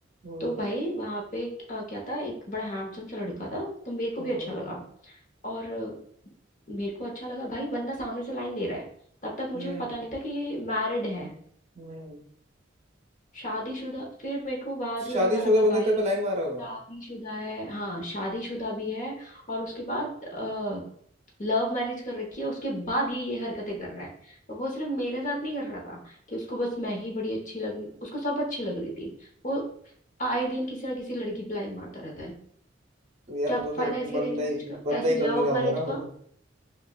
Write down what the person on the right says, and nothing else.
हम्म
हम्म
हम्म
हम्म
शादीशुदा
बंदा तेरे पे लाइन मार रहा होगा
तो यार
वो तो फिर
बंदा
ही
बंदा
ही
कमीना होगा
ना फिर
वो।